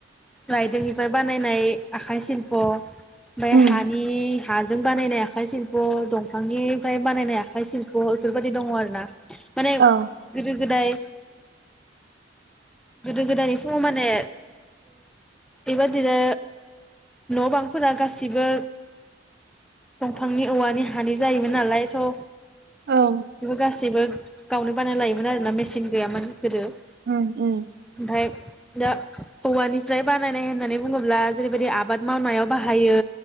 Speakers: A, in the centre; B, on the right (about 60°).
A: राइदोंनिफ्राय बानायनाय आखाइ सिल्प' ओमफ्राय
B: उम
A: हानि हाजों बानायनाय आखाइ सिल्प दंफांनिफ्राय बानायनाय आखाइ सिल्प बेफोरबायदि दङ आरोना माने
B: औ
A: गोदो गोदाय गोदो गोदायनि समाव माने बेबादिनो न' बांफोरा गासिबो दंफांनि औवानि हानि जायोमोन नालाय स
B: ओं
A: बेबो गासैबो गावनो‌ बानायना लायोमोन आरोना मेसिन गैयामोन गोदो ओमफ्राय
B: उम उम
A: दा औवानिफ्राय बानायनाय होननानै बुङोब्ला जेरैबायदि आबाद मावनायाव बाहायो